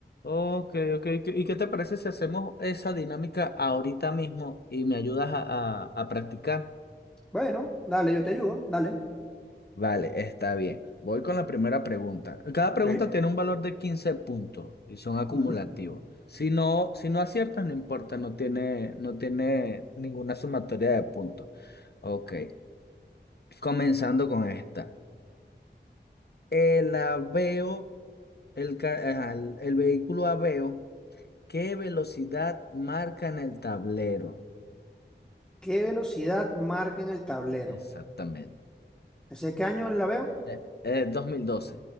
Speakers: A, on the left (about 60°); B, in the centre.
A: Ok, ok. ¿Y qué y qué te parece si hacemos esa dinámica ahorita mismo y me ayudas a, a- a practicar?
B: Bueno, dale, yo te ayudo, dale.
A: Vale, está bien. Voy con la primera pregunta. Cada
B: Ok.
A: pregunta tiene un valor de 15 puntos y son acumulativos.
B: Ujú.
A: Si no, si no aciertas, no importa, no tiene, no tiene ninguna sumatoria de puntos. Ok, comenzando con esta. El aveo, el, ca- ajá, el el vehículo aveo. ¿Qué velocidad marca en el tablero?
B: ¿Qué velocidad marca en el tablero?
A: Exactamente.
B: ¿Ese qué año la veo?
A: Eh, eh, 2012.